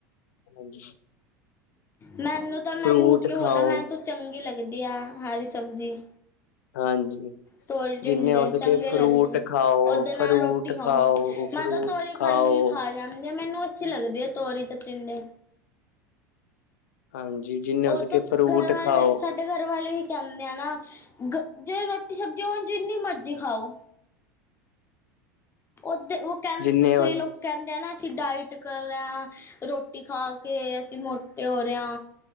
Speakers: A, on the left; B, on the left.
A: ਹਾਂਜੀ
B: ਮੈਨੂੰ ਤੋ ਨਾ ਮੈਂ
A: ਫਰੂਟ
B: ਜੂਠ ਕਿਉ
A: ਖਾਓ,
B: ਬੋਲਾਂ ਮੈ ਤੋਂ ਚੰਗੀ ਲੱਗਦੀ ਆ ਹਰੀ ਸਬਜ਼ੀ
A: ਹਾਂਜੀ
B: ਤੋਲ ਡਿੰਡੇ
A: ਜਿੰਨੇ ਹੋ ਸਕੇ
B: ਚੰਗੇ
A: ਫਰੂਟ
B: ਲੱਗਦੇ
A: ਖਾਓ,
B: ਓਦੇ ਨਾਲ
A: ਫਰੂਟ
B: ਰੋਟੀ ਖਾਓ ਮੈਂ
A: ਫਰੂਟ
B: ਤਾਂ ਤੋਰੀ ਖਾਲੀ
A: ਖਾਓ।
B: ਖਾ ਜਾਂਦੇ ਏ ਮੈਨੂੰ ਅੱਛੀ ਲੱਗਦੀ ਆ ਤੋਰੀ ਤੇ ਟੀਡੇ
A: ਹਾਂਜੀ, ਜਿੰਨੇ ਹੋ
B: ਉਹ
A: ਸਕੇ
B: ਤੋ ਘਰ
A: ਫਰੂਟ
B: ਵਾਲੇ
A: ਖਾਓ,
B: ਸਾਡ ਤੇ ਘਰ ਵਾਲੇ ਹੀ ਕਹਿੰਦੇ ਆ ਨਾ ਗ ਜੇ ਰੋਟੀ ਸਬਜ਼ੀ ਹੋ ਜਿੰਨੀ ਮਰਜ਼ੀ ਖਾਓ ਉਦੇ ਉਹ ਕਹਿ
A: ਜਿੰਨੇ ਹੋ
B: ਕਈ ਲੋਕ ਕਹਿੰਦੇ ਆ ਨਾ ਅਸੀਂ ਡਾਈਟ ਕਰ ਰਾ ਆ ਰੋਟੀ ਖਾ ਕੇ ਅਸੀਂ ਮੋਟੇ ਹੋ ਰਹੇ ਆ